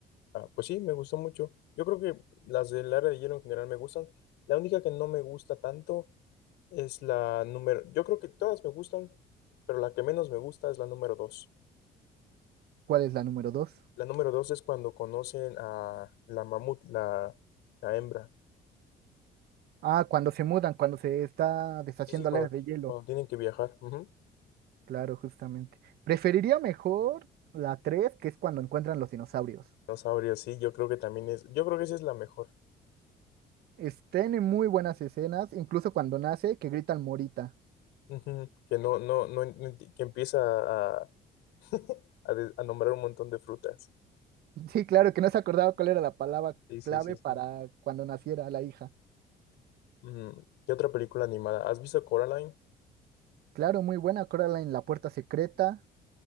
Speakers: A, on the left; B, on the right.
A: Ah, pues sí, me gustó mucho. Yo creo que las del Área de Hielo en general me gustan. La única que no me gusta tanto es la número. Yo creo que todas me gustan, pero la que menos me gusta es la número dos.
B: ¿Cuál es la número dos?
A: La número dos es cuando conocen a la mamut, la, la hembra.
B: Ah, cuando se mudan, cuando se está deshaciendo
A: Sí, sí, cuando,
B: la era de hielo.
A: cuando tienen que viajar. ujú.
B: Claro, justamente. Preferiría mejor la tres, que es cuando encuentran los dinosaurios.
A: No sabría, sí, yo creo que también es, yo creo que esa es la mejor.
B: Es- tiene muy buenas escenas, incluso cuando nace, que gritan Morita.
A: Ujú, Que no, no, no, no enti- que empieza a, <laughs> a, de- a nombrar un montón de frutas.
B: <laughs> Sí, claro, que no se acordaba cuál era la palabra
A: Sí, sí,
B: clave
A: sí, sí.
B: para cuando naciera la hija.
A: Mm, ¿Qué otra película animada? ¿Has visto Coraline?
B: Claro, muy buena, acuérdala en la puerta secreta.